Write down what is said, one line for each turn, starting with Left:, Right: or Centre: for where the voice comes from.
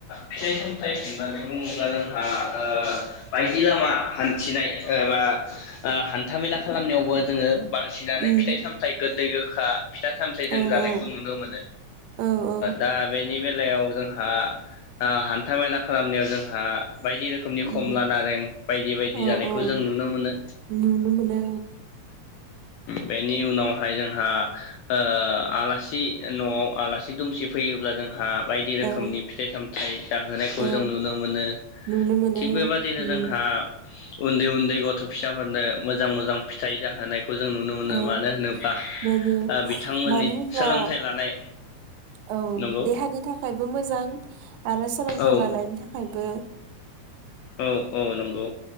Left: फिथाइ सामथाइ होननानै बुंङोब्ला जोंहा बायदि लामा हान्थिनाय एबा हान्थामेला खालामनायावबो जोंङो बांसिनानो
Right: उम
Left: फिथाइ सामथाइ गोदै खा फिथा सामथाइ जों
Right: औ
Left: जानायखौ
Right: औ
Left: नुनो मोनो
Right: औ औ
Left: दा बेनि बे खेलायाव जों हान्था मेला खालामनायाव जोंहा बायदि रोखोमनि खमला
Right: उम
Left: नारें बायदि बायदि
Right: औ
Left: जानायखौ
Right: औ
Left: जों नुनो मोनो
Right: नुनो मोनो
Left: बेनि उनावहाय जोंहा ओ आलासि न'आव आलासि दुमसि फैयोब्ला जोंहा बायदि रोखोमनि
Right: औ
Left: फिथाइ सामथ जाहोनायखौ
Right: औ
Left: जों नुनो मोनो
Right: नुनो मोनो
Left: थिग बेबाददिनो
Right: औ उम
Left: जोंहा उन्दै उन्दै गथ' फिसा नो मोजां मोजां फिथाइ जाहोनायखौ खौ जों नुनो मोनो
Right: औ
Left: मानो होनोबा
Right: मोनो
Left: बिथांमोननि
Right: मानो होनब्ला
Left: सोलोंथाइ लानाय
Right: औ
Left: नंगौ
Right: देहानि थाखायबो मोजां आरो सोलोंथाइ
Left: औ
Right: लानायनि थाखाय बो
Left: औ औ नंगौ